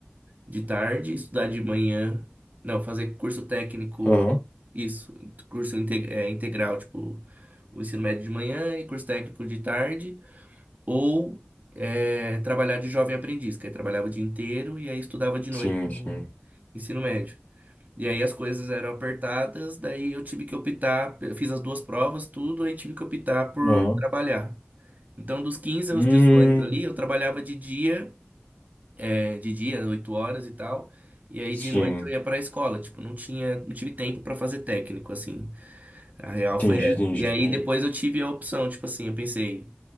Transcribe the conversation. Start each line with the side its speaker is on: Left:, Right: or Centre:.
Right: de tarde, estudar de manhã. Não, fazer curso técnico,
Left: Aham,
Right: isso, curso inte- é, integral, tipo, o ensino médio de manhã e curso técnico de tarde. Ou é, trabalhar de jovem aprendiz, que aí trabalhava o dia inteiro e aí estudava de noite
Left: sim,
Right: no
Left: sim.
Right: ensino médio. E aí as coisas eram apertadas, daí eu tive que optar, eu fiz as duas provas, tudo, aí tive que optar por
Left: Aham.
Right: trabalhar. Então, dos quinze
Left: Hum,
Right: aos 18 ali, eu trabalhava de dia, eh, de dia, 8 horas e tal, e aí
Left: sim,
Right: de noite eu ia para a escola, tipo, não tinha, não tive tempo para fazer técnico assim. A real
Left: entendi,
Right: foi essa.
Left: entendi.
Right: E aí depois eu tive a opção, tipo assim, eu pensei,